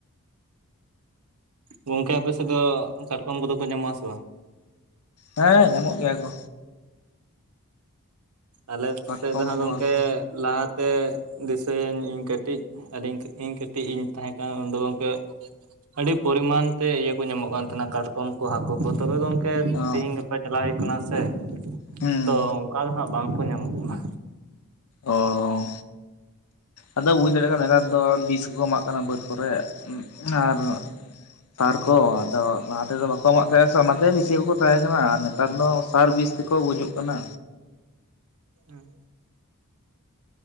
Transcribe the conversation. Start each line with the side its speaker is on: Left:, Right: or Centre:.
Right: ᱜᱚᱝᱠᱮ ᱟᱯᱮ ᱥᱮᱫ ᱫᱚ ᱠᱟᱴᱠᱚᱢ ᱠᱚᱫᱚ ᱠᱚ ᱧᱟᱢᱚᱜ ᱟᱥᱮ ᱵᱟᱝ
Left: ᱦᱮᱸ ᱧᱟᱢᱚᱜ ᱜᱮᱭᱟ ᱠᱚ
Right: ᱟᱞᱮ
Left: ᱠᱟᱴᱠᱚᱢ
Right: ᱥᱮᱫ ᱫᱚ ᱦᱟᱸᱜ
Left: ᱜᱚᱸᱜᱷᱟ
Right: ᱜᱚᱢᱠᱮ
Left: ᱠᱚ
Right: ᱞᱟᱦᱟᱛᱮ ᱫᱤᱥᱟᱹᱭᱟᱹᱧ ᱤᱧ ᱠᱟᱹᱴᱤᱡ ᱟᱹᱫᱚᱧ ᱤᱧ ᱠᱟᱹᱴᱤᱡ ᱤᱧ ᱛᱟᱦᱮᱸᱱ ᱩᱱᱫᱚ ᱜᱚᱢᱠᱮ ᱟᱹᱰᱤ ᱯᱚᱨᱤᱢᱟᱱ ᱛᱮ ᱤᱭᱟᱹ ᱠᱚ ᱧᱟᱢᱚᱜ ᱠᱟᱱ ᱛᱟᱦᱮᱱᱟ ᱠᱟᱴᱠᱚᱢ ᱠᱚ ᱦᱟᱹᱠᱩ ᱠᱚ ᱛᱚᱵᱮ ᱜᱚᱢᱠᱮ ᱠᱮ
Left: ᱚ
Right: ᱛᱤᱦᱮᱧ ᱜᱟᱯᱟ ᱪᱟᱞᱟᱣ ᱦᱩᱭᱩᱜ ᱠᱟᱱᱟ ᱥᱮ
Left: ᱦᱩᱸ
Right: ᱛᱚ ᱚᱱᱠᱟ ᱫᱚ ᱦᱟᱜ ᱵᱟᱝᱠᱚ ᱧᱟᱢᱚᱜ ᱠᱟᱱᱟ
Left: ᱚᱻᱚᱻ ᱟᱫᱚ ᱵᱩᱡᱽ ᱫᱟᱲᱮᱭᱟᱜ ᱠᱟᱱᱟ ᱱᱮᱛᱟᱨ ᱫᱚ ᱵᱤᱥ ᱠᱚᱠᱚ ᱮᱢᱟᱜ ᱠᱟᱱᱟ ᱵᱟᱹᱫ ᱠᱚᱨᱮ ᱟᱨ ᱥᱟᱨ ᱠᱚ ᱟᱫᱚ ᱞᱟᱦᱟ ᱛᱮᱫᱚ ᱵᱟᱠᱚ ᱮᱢᱟᱜ ᱛᱟᱦᱮᱸ ᱥᱮ ᱚᱱᱟᱛᱮ ᱵᱤᱥᱤ ᱠᱚᱠᱚ ᱛᱟᱦᱮᱸ ᱠᱟᱱᱟ ᱟᱨ ᱱᱮᱛᱟᱨ ᱫᱚ ᱥᱟᱨ ᱵᱤᱥ ᱛᱮᱠᱚ ᱜᱩᱡᱩᱜ ᱠᱟᱱᱟ
Right: ᱦᱩᱸ